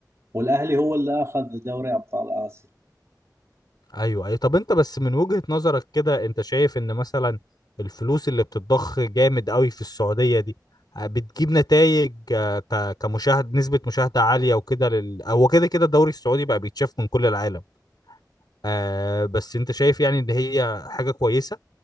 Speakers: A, on the right; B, on the left.
A: والاهلي هو اللي اخذ دوري ابطال اسيا
B: ايوه اي طب انت بس من وجهة نظرك كده انت شايف ان مثلا الفلوس اللي بتتضخ جامد قوي في السعودية دي آه، بتجيب نتائج كمشاهد نسبة مشاهدة عالية وكده لل... هو كده كده الدوري السعودي بقى بيتشاف من كل العالم آه بس انت شايف يعني ان هي حاجة كويسة